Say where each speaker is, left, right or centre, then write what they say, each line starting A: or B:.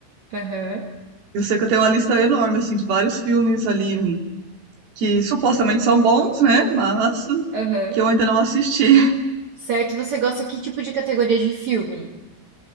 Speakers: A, on the right; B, on the right.
A: Aham,
B: Eu sei que eu tenho uma lista enorme, assim, de vários filmes ali que supostamente são bons, né, mas
A: aham.
B: que eu ainda não assisti.
A: Certo, e você gosta que tipo de categoria de filme?